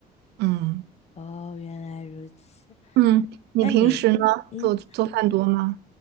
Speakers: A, on the right (about 80°); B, on the left (about 40°).
A: 嗯
B: 哦，原来如此。
A: 嗯，你平时呢做做饭多吗？
B: 那你，嗯，